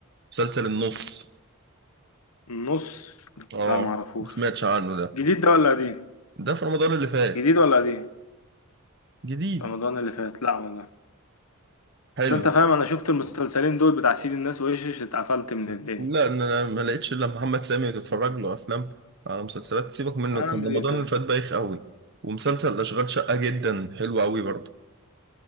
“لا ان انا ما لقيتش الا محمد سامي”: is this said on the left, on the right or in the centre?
Right